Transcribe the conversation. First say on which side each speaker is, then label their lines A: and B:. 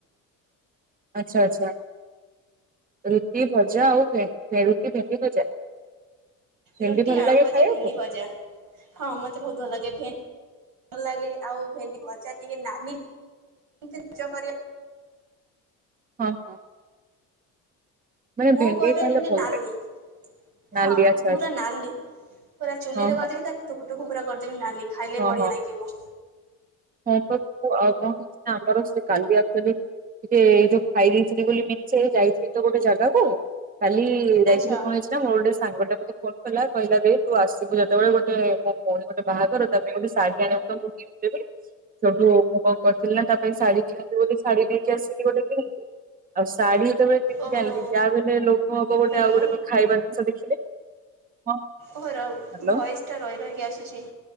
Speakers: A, on the right (about 25°); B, on the right (about 80°).
A: ଆଚ୍ଛା ଆଚ୍ଛା ରୁଟି ଭଜା ଆଉ <unintelligible> ଭେଣ୍ଡି ଭଜା। ଭେଣ୍ଡି
B: ରୁଟି
A: ଭଲ
B: ଆଳୁ
A: ଲାଗେ
B: ଭଜା
A: ଖାଇବାକୁ?
B: ଭେଣ୍ଡି ଭଜା। ହଁ ମତେ ବହୁତ ଭଲ ଲାଗେ ଭେଣ୍ଡି ଭଲ ଲାଗେ ଆଉ ଭେଣ୍ଡି ଭଜା ଟିକେ ନା ନି ଏମିତି ନିଜ କରିବା
A: ହଁ ହଁ। ମାନେ
B: ମୁଁ
A: ଭେଣ୍ଡି
B: କରେ
A: ତାହେଲେ
B: ଯେମିତି
A: ଭଲ
B: ନାଲି।
A: ଲାଗେ ନାଲି
B: ହଁ
A: ଆଚ୍ଛା
B: ପୁରା
A: ଆଚ୍ଛା
B: ନାଲି ପୁରା ଚୁଲିରେ
A: ହଁ ହଁ
B: କରିଦେବି ତା ଟୁକୁଟୁକୁ ପୁରା କରିଦେବି ନାଲି ଖାଇଲେ
A: ହଁ
B: ବଢିଆ ଲାଗିବ।
A: ହଁ ପା ଆଉ କଣ ହେଇଚି ନା ଆମର ସେ କାଲି ଆକ୍ଚୁଆଲି ଟିକେ ଏଇ ଯଉ ଖାଇ ଦେଇଥିଲି ବୋଲି ମେଞ୍ଚେ ଯାଇଥିଲି ତ ଗୋଟେ ଜାଗାକୁ। କାଲି ଯାଇଥିଲି
B: ଆଚ୍ଛା।
A: କଣ ଏସ ମୋର ଗୋଟେ ସାଙ୍ଗଟା ମୋତେ ଫୋନ କଲା କହିଲା ଭ ତୁ ଆସିବୁ ଯେତେବେଳେ ଗୋଟେ ମୋ ଭଉଣି ଗୋଟେ ବାହାଘର ତା ପାଇଁ ଗୋଟେ ଶାଢୀ ଆଣିବୁତ ମୁଁ ଗିଫ୍ଟ ଦେବି। ସେଠୁ ମୁଁ କଣ କରିଥିଲି ନା ତା ପାଇଁ ଶାଢୀ କିଣିବି ବୋଲି ଶାଢୀ ନେଇକି ଆସିଲି ଗୋଟେ କିଣିକି। ଆଉ ଶାଢୀ ଯେତେବେଳେ କିଣିକି
B: ଓହୋ
A: ଆଣିଲି ଯାହାବି ହେଲେ ଲୋକ ହବ ଗୋଟେ
B: ହ୍ୟାଲୋ
A: ଆଉ ଗୋଟେ ଖାଇବା ଜିନିଷ ଦେଖିଲେ ହଁ
B: ଓହ ରହୁ
A: ହ୍ୟାଲୋ
B: ଭଏସ୍ଟା ରହି ରହିକି ଆସୁଛି।